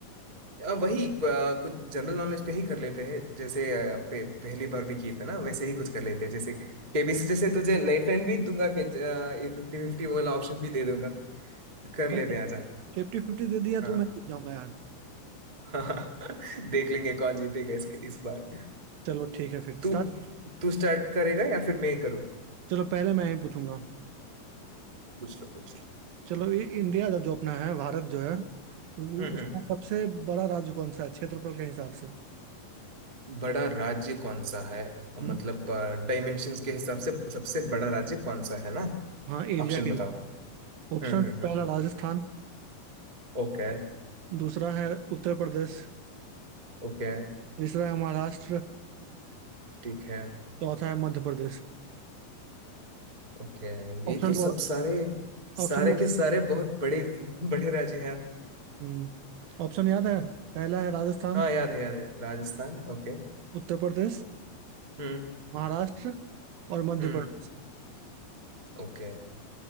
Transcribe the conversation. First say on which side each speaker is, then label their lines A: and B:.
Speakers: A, on the right; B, on the right.
A: अ, वही अ, कुछ जनरल नॉलेज पे ही कर लेते हैं जैसे अ, पे, पहली बार भी किए थे ना वैसे ही कुछ कर लेते हैं जैसे केबीसी जैसे तुझे लाइफ लाइन भी दूंगा कि ये फिफ्टी फिफ्टी वाला ऑप्शन भी दे दूंगा कर लेते
B: अच्छा
A: हैं आजा
B: फिफ्टी फिफ्टी दे दिया
A: हाँ
B: तो मैं जीत जाऊंगा यार
A: हाँ <laughs> देख लेंगे कौन जीतेगा इसके इस बार
B: चलो ठीक है फिर
A: तू
B: स्टार्ट
A: तू स्टार्ट करेगा या फिर मैं ही करूँ
B: चलो पहले मैं ही पूछूंगा
A: पूछ लो पूछ लो
B: चलो ये इंडिया जो जो अपना है भारत जो है वो
A: हम्म
B: उसका
A: हम्म
B: सबसे बड़ा राज्य कौन सा है क्षेत्रफल के हिसाब से
A: बड़ा राज्य कौन सा है
B: हम्म,
A: मतलब डायमेंशंस के हिसाब से सबसे बड़ा राज्य कौन सा है ना
B: हाँ एरिया
A: ऑप्शन
B: के
A: बताओ
B: ऑप्शन
A: हम्म हम्म हम्म
B: पहला राजस्थान
A: ओके
B: दूसरा है उत्तर प्रदेश
A: ओके
B: तीसरा है महाराष्ट्र
A: ठीक है
B: चौथा है मध्य प्रदेश
A: ओके
B: ऑप्शन
A: ये तो सब सारे सारे
B: ऑप्शन
A: के सारे बहुत बड़े <laughs> बड़े राज्य हैं
B: हम्म ऑप्शन याद है पहला है राजस्थान
A: हाँ याद है याद है राजस्थान ओके
B: उत्तर प्रदेश
A: हम्म
B: महाराष्ट्र और मध्य
A: हम्म
B: प्रदेश
A: ओके